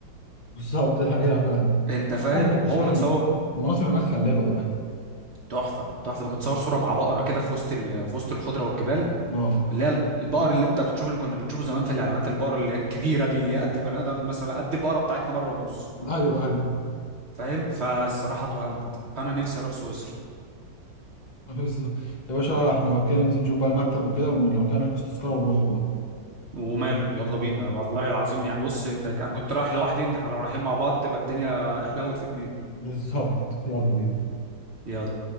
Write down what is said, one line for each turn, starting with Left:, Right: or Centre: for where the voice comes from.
Left: بالظبط <laughs> أيوه
Right: انت فاهم
Left: يعني
Right: وهو
Left: بصراحه
Right: متصور
Left: المناطق المناطق هناك خلابه بامانه
Right: تحفه تحفه ده متصور صوره مع بقره كده في وسط ال... في وسط الخضره والجبال
Left: اه
Right: اللي هي البقر اللي انت بتشوف اللي كنا بنشوفه زمان في الاعلانات البقره اللي هي الكبيره دي اللي هي قد البني ادم مثلا قد البقره بتاعتنا مره ونص
Left: ايوه ايوه
Right: فاهم فالصراحه اتوهمت فانا نفسي اروح سويسرا
Left: آه، بالظبط يا باشا احنا لو كان ننزل نشوف بقى المكتب وكده ولو كان نحجز تذكره ونروح والله
Right: وماله يلا بينا والله العظيم يعني بص ده انا كنت رايح لوحدي انت احنا لو رايحين مع بعض تبقى الدنيا احلوت في اتنين
Left: بالظبط يلا بينا
Right: يلا